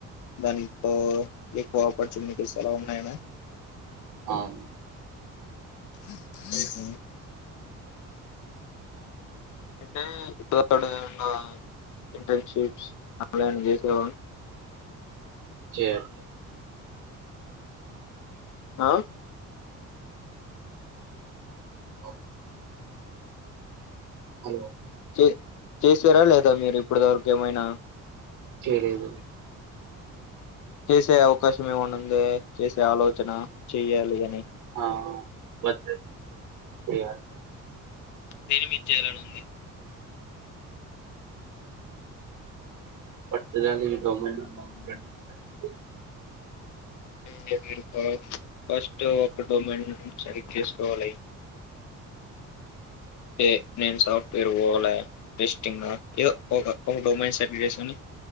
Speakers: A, on the left; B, on the right.
A: దాన్ని తో ఎక్కువ ఆపర్చునిటీస్ అలా ఉన్నాయనా
B: అవున్
A: మ్మ్ హ్మ్ అంటే ఇప్పుడు ఆడ ఏదన్న ఇంటర్న్‌షిప్స్ ఆన్లైన్ చేసేవా
B: చేట్
A: ఆ
B: ఒ హలో
A: చే చేసారా లేదా మీరు ఇప్పడువరకు ఏమైనా
B: చేయలేదు
A: చేసే అవకాశం ఏమైన్నా ఉంది చేసే ఆలోచన చెయ్యాలి అని
B: ఆ వచ్చే చేయాలి కా
A: దీని మీద చేయాలని ఉంది
B: పట్టుదల ఈ డొమైన్ <unintelligible>
A: టే మీరు ఆ ఫస్ట్ ఒక డొమైన్ సరి చేసుకోవాలి ఏ నేను సాఫ్ట్వేర్ పోవాలా టెస్టింగా ఏదో ఒక ఒక డొమైన్ సెట్ జేసుకొని